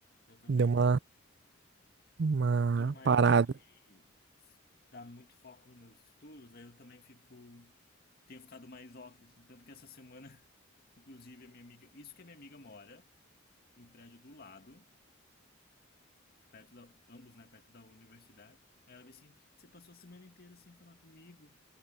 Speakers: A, on the left; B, on the right.
A: Eu também.
B: Deu uma, uma
A: Eu tô numa
B: parada.
A: época que
B: <laughs>
A: dá muito foco nos meus estudos, aí eu também fico... Tenho ficado mais off, assim. Tanto que essa semana, <laughs> inclusive, a minha amiga... Isso que a minha amiga mora no prédio do lado, perto da... Ambos, né? Perto da universidade. Aí ela veio assim, você passou a semana inteira sem falar comigo.